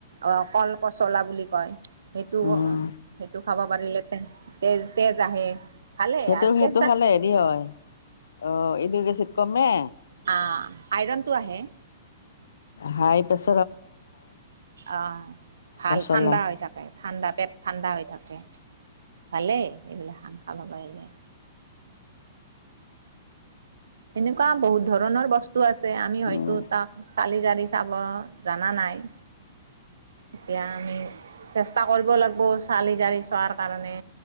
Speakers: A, on the right; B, on the left.
A: অ কল পচলা বুলি কয় সেইটো
B: উম
A: সেইটো খাব পাৰিলে তে তেজ তেজ আহে ভালেই
B: সেইটো
A: আৰু
B: সেইটো
A: কেঁচা
B: খালে হেৰি হয় অ কমে
A: অ আইৰণটো আহে
B: হাই পছ
A: অ ভাল
B: পচলা
A: ঠাণ্ডা হৈ থাকে ঠাণ্ডা পেট ঠাণ্ডা হৈ থাকে ভালেই এইবিলাক হাং খাব পাৰিলে এনেকুৱা বহুত ধৰণৰ বস্তু ো আছে আমি হয়তো
B: উম
A: তাক চালি জাৰি চাব জাননা নাই এতিয়া আমি চেষ্টা কৰিব লাগিব চালি জাৰি চোৱাৰ কাৰণে